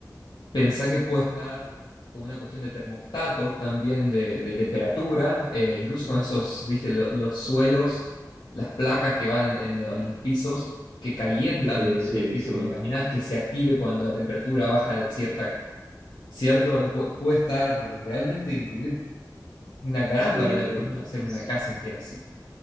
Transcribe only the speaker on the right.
Sí,
sí,
sí,
sí,
sí.